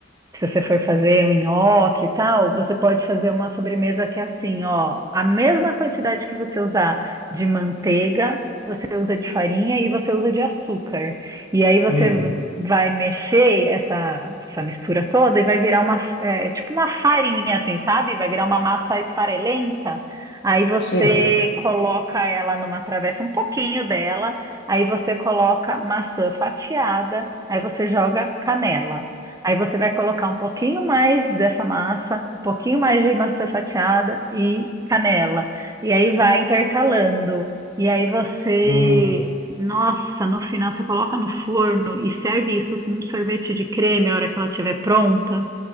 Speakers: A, on the right (about 20°); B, on the left (about 65°).
A: Se você for fazer um nhoque e tal, você pode fazer uma sobremesa que é assim, ó, a mesma quantidade que você usar de manteiga, você usa de farinha e você usa de açúcar. E aí você
B: Hum,
A: vai mexer essa, essa mistura toda e vai virar uma, é, tipo uma farinha, assim, sabe? Vai virar uma massa esfarelenta. Aí você
B: sim.
A: coloca ela numa travessa, um pouquinho dela. Aí você coloca maçã fatiada. Aí você joga canela. Aí você vai colocar um pouquinho mais dessa massa, um pouquinho mais de maçã fatiada e canela. E aí vai intercalando. E aí você,
B: Hum,
A: nossa, no final você coloca no forno e serve isso com um sorvete de creme a hora que ela estiver pronta.